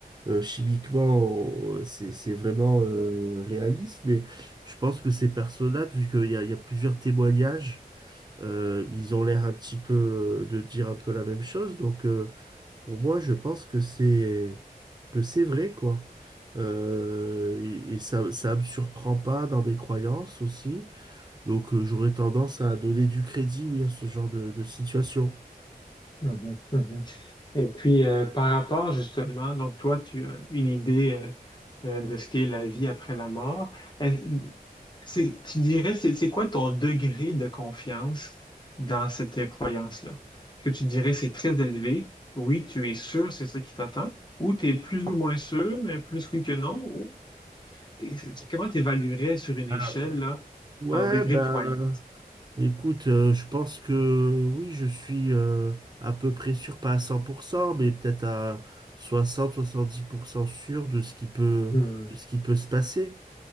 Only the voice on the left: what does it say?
Mhm, mhm. Et puis, euh, par rapport justement, donc toi, tu as une idée euh, euh, de ce qu'est la vie après la mort. est c'est- tu dirais, c'est c'est quoi ton degré de confiance dans cette euh, croyance-là? Est-ce que tu dirais c'est très élevé? Oui, tu es sûr, c'est ça qui t'attend? Ou tu es plus ou moins sûr, mais plus oui que non? Ou- et c'est- comment tu évaluerais sur une
échelle,
là,
ton degré
de croyance?
Mhm,